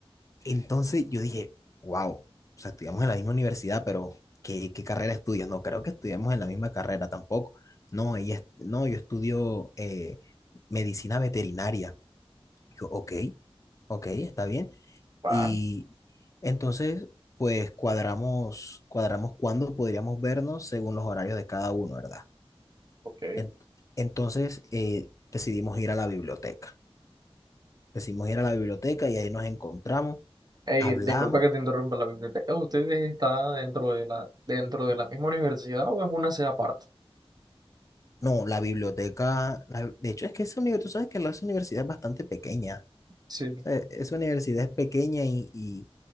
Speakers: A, on the left; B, on the right.
A: Entonces yo dije, wow, o sea, estudiamos en la misma universidad, pero ¿qué, qué carrera estudias? No creo que estudiamos en la misma carrera tampoco. No, ella, est- no, yo estudio eh, medicina veterinaria. Yo, ok, ok, está bien.
B: Va,
A: Y entonces, pues cuadramos, cuadramos cuándo podríamos vernos según los horarios de cada uno, ¿verdad?
B: ok.
A: En- entonces, eh, decidimos ir a la biblioteca. Decidimos ir a la biblioteca y ahí nos encontramos,
B: Ey,
A: hablamos
B: disculpa que te interrumpa la biblioteca. ¿Ustedes están dentro de la, dentro de la misma universidad o es una sede aparte?
A: No, la biblioteca, la- de hecho es que esa universidad, tú sabes que la esa universidad es bastante pequeña.
B: Sí.
A: O sea, e-, esa universidad es pequeña y, y-